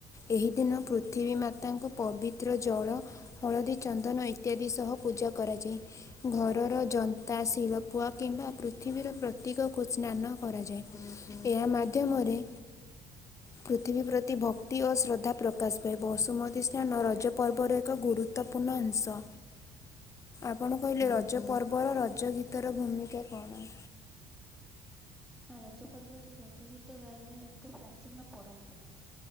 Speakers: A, on the left (about 25°); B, in the centre.
A: ଏହି ଦିନ ପୃଥିବୀ ମାତାଙ୍କୁ ପବି ଜଳ ହଳଦୀ ଚନ୍ଦନ ଇତ୍ୟାଦି ପୂଜାକରାଯାଏ ଘର ତା ଶିରପୁଆ କିମ୍ବା ପୃଥିବୀର ପ୍ରତୀକକୁ ସ୍ନାନ କରାଯାଏ। ଏହା ମାଧ୍ୟମରେ ପୃଥିବୀ ପ୍ରତି ଭକ୍ତି ଓ ଶ୍ରଦ୍ଧା ପ୍ରକାଶ ପାଏ ବସୁମତୀ ସ୍ନାନ ରଜ ପର୍ବର ଏକ ଗୁରୁ ଗୁରୁତ୍ୱପୂର୍ଣ୍ଣ ଅଂଶ। ଆପଣ କହିଲେ ରଜ ପର୍ବର ରଜ ଗୀତର ଭୂମିକା କଣ?
B: ଆ ରଜ ପର୍ବରେ ରଜ ଗୀତ ଗାଇବା ଏକ ପ୍ରାଚୀନ ପରମ୍ପରା।